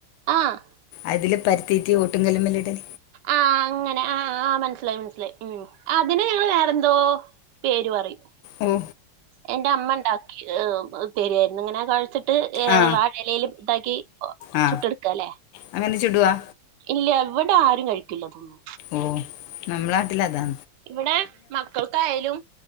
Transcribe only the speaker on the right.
ആഹ്
ആ അങ്ങനെ ആ ആഹ് മനസ്സിലായി മനസ്സിലായി ഉം ആ അതിന് ഞങ്ങള് വേറെന്തോ പേര് പറയും
എന്റെ അമ്മ ഇണ്ടാക്കി പെരെയിരുന്നിങ്ങനെ കൊഴച്ചിട്ട്
വാഴ ഇലേല് ഇതാക്കി
ചുട്ട് എടുക്കാ ല്ലേ
ഇല്ല ഇവിടെ ആരും കഴിക്കില്ല തോന്ന്
ഇവിടെ മക്കൾക്കായാലും